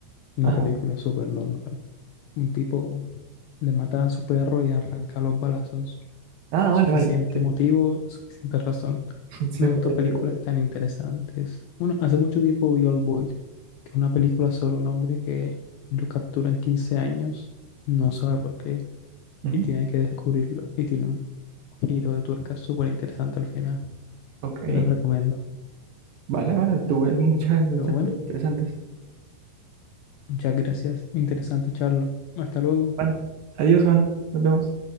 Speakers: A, on the left; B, on the right.
A: una
B: Ajá.
A: película súper normal. Un tipo le mata a su perro y arranca los balazos.
B: Ah,
A: Suficiente
B: vale, vale. sí,
A: motivo, suficiente razón.
B: sí. <laughs> Sé
A: No he
B: cuál
A: visto películas
B: es, sé cuál es.
A: tan interesantes. Bueno, hace mucho tiempo vi Old Boy, que es una película sobre un hombre que lo capturan 15 años, no sabe por qué,
B: Ujú.
A: y tiene que descubrirlo, y tiene un giro de tuerca súper interesante al final.
B: Ok,
A: Te las recomiendo.
B: vale, vale. Tú ves muchas, muchas
A: Pero bueno,
B: cosas interesantes.
A: muchas gracias. Interesante charla. Hasta luego.
B: Vale. Adiós, Juan. Nos vemos.